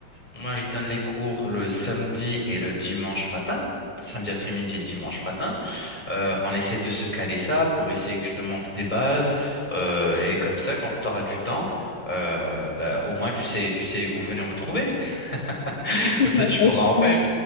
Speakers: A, on the left (about 20°); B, on the left (about 75°).
A: moi je donne les cours le samedi et le dimanche matin, samedi après-midi et dimanche matin. Euh, on essaie de se caler ça pour essayer que je te montre des bases. euh, et comme ça, quand tu auras du temps, euh, bah, au moins tu sais, tu sais où venir me trouver. <laughs>
B: <laughs>
A: Comme ça,
B: Ah,
A: tu
B: bah,
A: pourras
B: je suis
A: en faire.